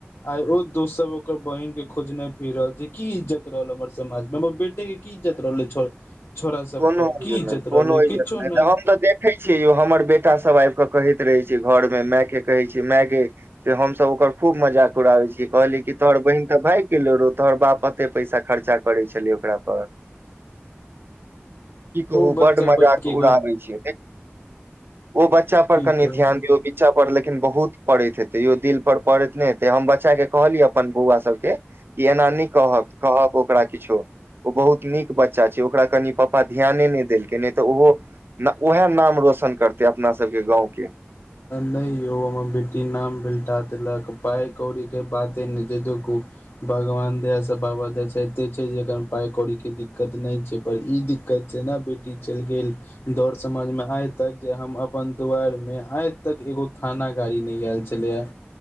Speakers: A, on the left (about 65°); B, on the right (about 55°).
A: आय ओ दोस्त सब ओकर बहिन के खोजने फिर रहल छै। की इज्जत रहल हम्मर समाज मे हम्मर बेटे की इज्जत रहलै छ- छोरा सब
B: कोनो
A: पर की इज्जत
B: नहि कोनो
A: रहलै
B: इज्जत
A: किछो
B: नहि
A: नइ।
B: तऽ हम तऽ देखै छियै यो हमर बेटा सभ आइब कऽ कहैत रहै छै घर मे मैऽ के कहै छै मैऽगय से हमसब ओकर खूब मजाक <unintelligible> कहलियै की, तोहर बहिन तऽ भाइग गेलो रौ तोहर बाप अते पैसा खरचा करे छलय ओकरा पर की कहु
A: ओ बच्चा
B: बड मजाक
A: पर की
B: उड़ाबै छै। ओ बच्चा पर
A: की
B: कनि
A: कहू
B: ध्यान दियौ भी बच्चा पर लेकिन बहुत पड़ैत हेतै यौ दिल पर पड़ैत नय हेतै हम बच्चा के कहलियै अपन बौआ सबके की एना नै कहक कहब ओकरा किछो ओ बहुत नीक बच्चा छै ओकरा कनि पप पा कनि ध्याने नय देलकै नय तऽ ओहो-न- उएह नाम रौशन करतय अपना सबके गाँंव के।
A: नय यौ हमर बेटी नाम बिलटा देलक पाइ कौड़ी के बाते ने जे देखु भगवान दया स बाबा दय स एत्ते छै जेखन पाइ कौड़ी के दिक्कत नइ छै पर ई दिक्क- क्त छै ने बेटी चइल गेल। दौड़ समाज मे आइ तक जे हम अपन दुआरि मे आइ तक एगो थाना गाड़ी नय ऐल छलैया।